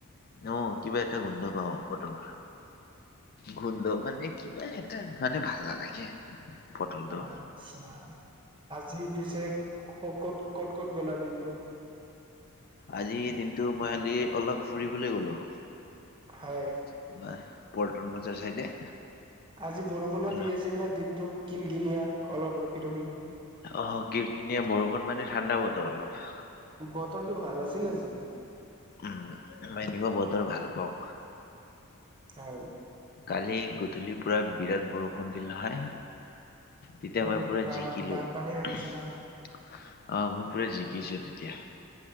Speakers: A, on the left (about 45°); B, on the right (about 20°).
A: অ কিবা এটা গোন্ধ পাওঁ পটলৰ গোন্ধ মানে কিবা এ, তা মানে ভাল নালাগে, পটলটো
B: অ আচ্ছা আজি পিছে ক ক'ত ক'ত ক'ত গ'লা দিনটো?
A: আজিৰ দিনটো মই আলি অলপ ফুৰিবলৈ গলো,
B: হয়
A: তোমাৰ পল্টন বজাৰ চাইডে,
B: আজি বৰষুনো
A: অলা
B: দি আছিল ন দিনটো কিন কিনিয়া অলপ ৰখি ৰখি,
A: অ কিন কিনীয়া বৰষুণ মানে ঠাণ্ডা বতৰ অলপ,
B: বতৰটো ভাল আছিল আজি,
A: উম মই এনেকুৱা বতৰ ভাল পাও,
B: হয়
A: কালি গধূলি পুৰা বিৰাট বৰষুণ দিল নহয়, তেতিয়া
B: উম
A: মই পুৰা
B: বা
A: জিকিলো,
B: বানপানী হৈ
A: অহ
B: গৈছে নহয়
A: মই পুৰা জিকিছো তেতিয়া,